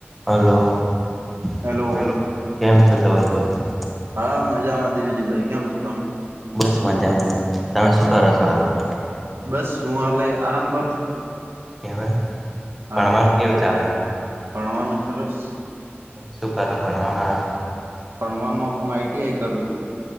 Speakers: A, in the centre; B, on the right.
A: હલો
B: હેલો
A: હલો કેમ છો ધવલભાઈ
B: હા મજામાં દેવજીભાઈ કેમ છો તમે
A: બસ મજામાં તમે શું કરો સવારમાં,
B: બસ હું હલે આરામ કરું છું,
A: એવુ એમ
B: હા
A: ભણવાનું કેવું ચાલે,
B: ભણવાનું સરસ,
A: શું કરો ભણવામાં
B: ભણવામાં હું આઈટીઆઈ કરું છું,